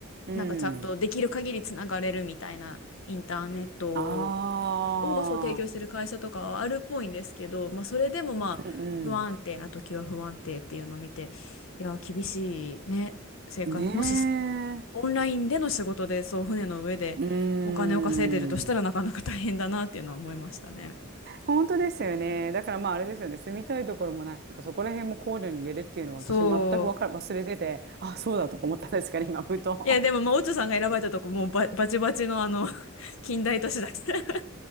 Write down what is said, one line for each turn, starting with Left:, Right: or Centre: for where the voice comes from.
Right: うん。
Left: なんかちゃんとできる限りつながれるみたいなインターネット
Right: ああ。
Left: をそう提供してる会社とかはあるっぽいんですけど、まあ、それでもまあ不安定な時は不安定っていうのを見て、
Right: うん
Left: いや、厳しいね、生活、
Right: うん。ね
Left: もしオンラインでの仕事で、そう、船の上でお金を稼いでるとしたらなかなか大変だなっていうのは思いましたね。
Right: え。うん。本当ですよね。だからまああれですよね。住みたいところもなんかそこら辺も考慮に入れるっていうのは私全くわかる、
Left: そ
Right: 忘れてて、あ、そうだとか思ったんですかね、今、ふと。
Left: う。いや、でも、まあ、オチョさんが選ばれたとこ、もうバ、バチバチのあの <laughs> 近代都市だから